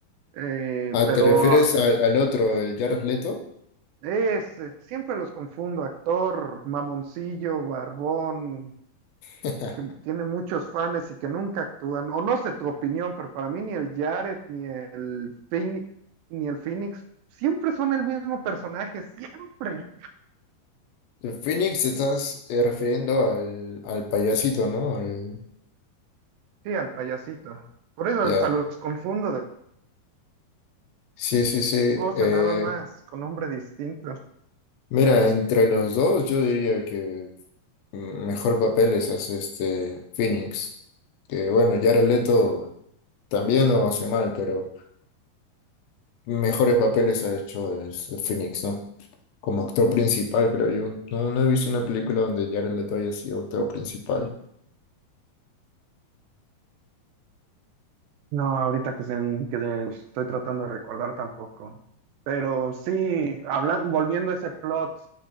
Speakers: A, on the right (about 80°); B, on the left (about 75°).
A: eh,
B: Ah,
A: pero
B: ¿te refieres
A: ah,
B: al, al otro, el Jared Leto?
A: es, eh, siempre los confundo, actor, mamoncillo, barbón,
B: <laughs>
A: que tiene muchos fans y que nunca actúan, o no sé tu opinión, pero para mí ni el Jared, ni el Phoenix, ni el Phoenix, siempre son el mismo personaje, siempre,
B: El Phoenix, estás eh, refiriendo al, al payasito, ¿no? Al-
A: sí, al payasito. Por eso
B: ya.
A: hasta los confundo de
B: Sí, sí, sí.
A: cosa,
B: Eh,
A: nada más, con nombre distinto.
B: mira, entre los dos, yo diría que mm, mejor papeles hace este Phoenix. Que bueno, Jared Leto también no hace mal, pero mejores papeles ha hecho el, el Phoenix, ¿no? Como actor principal, creo yo. No, no he visto una película donde Jared Leto haya sido actor principal.
A: No, ahorita que, se- que de- estoy tratando de recordar tampoco. Pero sí, hablan- volviendo a ese plot,